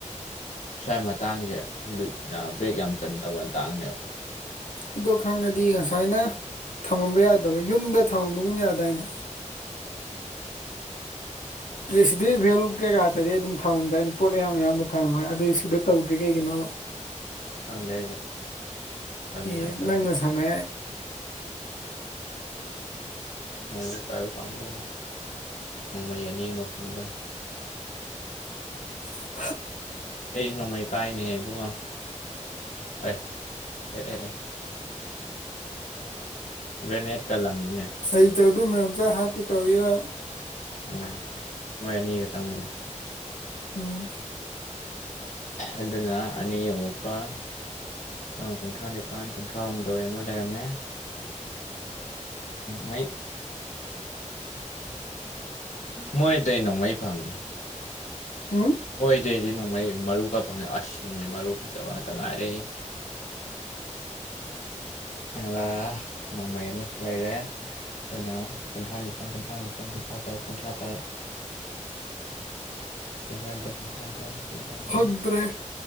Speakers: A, on the left; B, on the left.
A: ꯁꯨꯋꯥꯏ ꯃꯇꯥꯡꯁꯦ ꯂꯨꯠꯅ ꯕꯔꯦꯛ ꯌꯥꯝ ꯆꯟꯗꯕ ꯃꯇꯥꯡꯅꯦꯕ
B: ꯑꯗꯨ ꯈꯪꯉꯗꯤ ꯉꯁꯥꯏꯅ ꯊꯝꯃꯝꯕ ꯌꯥꯗꯕ꯭ꯔꯥ ꯌꯨꯝꯗ ꯊꯝꯃꯝꯕꯒꯨꯝ ꯌꯥꯗꯥꯏꯅ ꯔꯤꯁꯤꯕꯦꯜ ꯀꯩꯀꯥ ꯇꯨꯗꯤ ꯑꯗꯨꯝ ꯊꯝꯃꯝꯗꯥꯏꯅꯤ ꯄꯣꯠ ꯑꯌꯥꯝ ꯑꯌꯥꯝꯕ ꯊꯃꯝꯃꯒ ꯑꯗꯨꯏ ꯏꯁꯀ꯭ꯔꯤꯞ ꯇꯧꯗ꯭ꯔꯤ ꯀꯩꯒꯤꯅꯣ
A: ꯈꯪꯗꯦ ꯑꯩꯁꯨ ꯇꯧꯅꯤꯡꯉꯛꯇꯕꯅꯤ
B: ꯑꯦ ꯅꯪꯅ ꯁꯥꯟꯅ
A: ꯅꯣꯡꯃꯩ ꯕꯥꯏꯕ ꯀꯥꯡꯕꯨ ꯅꯣꯡꯃꯩ ꯑꯅꯤ ꯃ ꯐꯪꯗꯔꯦ
B: <unintelligible>
A: ꯑꯩꯁꯨ ꯅꯣꯡꯃꯩ ꯄꯥꯏꯅꯦꯍꯦ ꯏꯕꯨꯡꯉꯣ ꯑꯦ ꯑꯦ ꯑꯦ ꯒꯔꯦꯅꯦꯠꯀ ꯂꯪꯉꯤꯅꯦ
B: ꯑꯩꯗꫭ ꯑꯗꯨ ꯃꯌꯥꯝ ꯆꯪꯉ ꯍꯀꯦ ꯇꯧꯔꯤꯔ
A: ꯎꯝ ꯃꯣꯏ ꯑꯅꯤ ꯈꯛꯇꯪ ꯅꯤꯗ
B: ꯎꯝ
A: ꯑꯗꯨꯅ ꯑꯅꯤ ꯑꯃꯨꯛꯀ ꯆꯥꯝ ꯀꯨꯟꯊ꯭ꯔꯥ ꯅꯤꯄꯟ ꯀꯨꯟꯊ꯭ꯔꯥꯍꯨꯝꯗꯣꯏ ꯑꯃ ꯂꯩꯔꯝꯃꯦ ꯃꯩ ꯃꯣꯏꯗꯩ ꯅꯣꯡꯃꯩ ꯐꯪꯉꯦ
B: ꯎꯝ
A: ꯃꯣꯏꯗꯩꯗꯤ ꯅꯣꯡꯃꯩ ꯃꯔꯨ ꯈꯔ ꯐꯪꯉꯦ ꯑꯁ ꯅꯣꯡꯃꯩ ꯃꯔꯨ ꯐꯖꯕ ꯉꯥꯛꯇ ꯉꯥꯏꯔꯦꯍꯦ
B: <unintelligible>
A: ꯑꯗꯨꯒ ꯅꯣꯡꯃꯩ ꯑꯃꯁꯨ ꯂꯩꯔꯦ ꯑꯗꯨꯅ ꯀꯨꯟꯊ꯭ꯔꯥ ꯅꯤꯄꯞ ꯀꯨꯟꯊ꯭ꯔꯥ ꯅꯤꯄꯟ ꯀꯨꯟꯊ꯭ꯔꯥ ꯇꯔꯨꯛ ꯀꯨꯟꯊ꯭ꯔꯥ ꯇꯔꯨꯛ ꯀꯨꯟꯊ꯭ꯔꯥꯏꯟꯊꯣꯏ ꯀꯨꯟꯊ꯭ꯔꯥꯏꯟꯊꯣꯏ ꯀꯨꯟꯊ꯭ꯔꯥꯍꯨꯝꯗꯣꯏ
B: ꯐꯪꯗ꯭ꯔꯦ